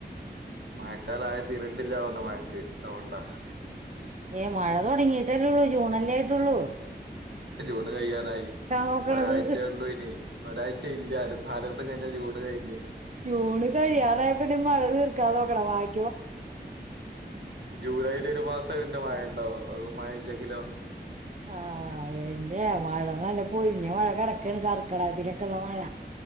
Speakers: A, on the right; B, on the right.
A: മഴക്കാല ആയത്തി രണ്ടില്ലാവുന്ന മഴക്ക് അതൊണ്ടാ
B: ഏയ് മഴ തുടങ്ങിയിട്ടല്ലേള്ളൂ ജൂണല്ലേ ആയിട്ടൊള്ളൂ
A: ജൂണ് കഴിയാനായി
B: നോക്കണത്
A: ഒരാഴ്ചയ ഉള്ളൂ ഇനി ഒരാഴ്ച ഇല്ലായിര നാല് കഴിഞ്ഞ ജൂണ് കഴിഞ്ഞേ
B: ജൂൺ കഴിയാറായപ്പോ മഴ തീർക്കാൻ നോക്ക്ണ വായി
A: ജൂലൈൽ ഒരു മാസം പിന്നെ മഴ ഉണ്ടാവ അതൊ മഴ ഇല്ലെങ്കിലോ
B: ആഹ് പിന്നെ മഴ നല്ല പൊരിഞ്ഞ മഴ കിടക്കാണ് കർക്കിടകത്തിലൊക്കെള്ള മഴ